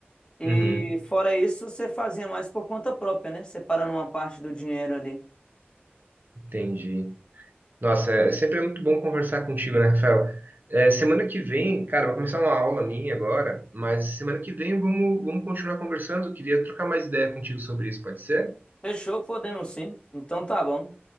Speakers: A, on the left (about 25°); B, on the right (about 50°).
A: E
B: Uhum,
A: fora isso, você fazia mais por conta própria, né? Separando uma parte do dinheiro ali.
B: entendi. Nossa, é, sempre é muito bom conversar contigo, né, Rafael? Eh, semana que vem, cara, vai começar uma aula minha agora, mas semana que vem vamos, vamos continuar conversando. Eu queria trocar mais ideia contigo sobre isso, pode ser?
A: Fechou, podemos sim. Então tá bom.